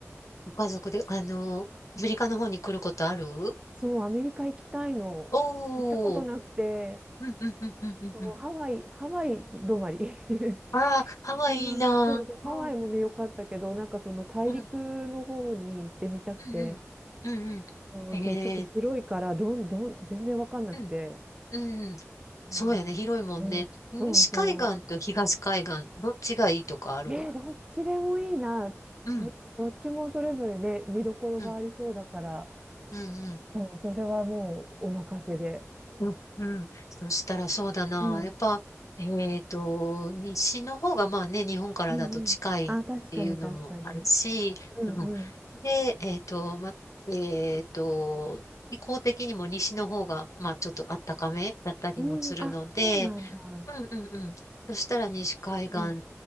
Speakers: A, on the left; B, on the right.
A: ご家族で、あの、アメリカの方に来ることある
B: そう、アメリカ行きたいの。
A: おー、
B: 行ったことなくて、
A: うん、うん、うん、うん、うんうん。
B: そう、ハワイ、ハワイ止まり。<laughs>
A: ああ、ハワイいいなー。
B: 今、そうそう、ハワイもね、
A: うん、
B: 良かったけど、なんかその大陸の方に行ってみたくて、
A: うん、うん、うん、うんうん。
B: そうそう、
A: えー、
B: ちょっと広いから、どんどん、全然わかんなくて。
A: うん、うん。
B: そう、
A: そうやね、広いもんね。
B: うん、
A: 西海岸と東海岸、
B: そうそ
A: どっちがいいとかある
B: う。ねえ、どっちでもいいな。
A: うん、
B: ど、どっちもそれぞれね、見どころがありそうだから、
A: うん、うん、うん。
B: そう、それはもうお任せで。
A: うん、うんそしたらそうだな。
B: うん、
A: やっぱ、えっと、西の方がまあね、日本からだと近いっていうのもあるし、
B: うん、うん。あ、確かに、確かに。うん、
A: うん、
B: うん。
A: で、えっと、ま、えっと、気候的にも西の方が、まあちょっと暖かめだったりもするので、
B: うん、あ、そうなんだ。
A: うんうんうん。そしたら西海岸、
B: うん。